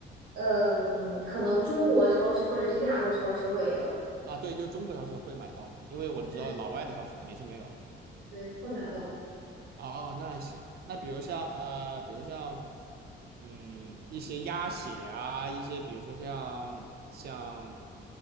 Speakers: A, on the right (about 85°); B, on the right (about 55°).
A: 嗯，可能中国超市或者是亚洲超市会有，
B: 啊，对，就中国超市会买到吗？因为我知道老外的超市肯定是没有的。
A: 对对，会买到。
B: 哦，那还行。那比如像呃，比如像嗯一些鸭血啊，一些比如说像像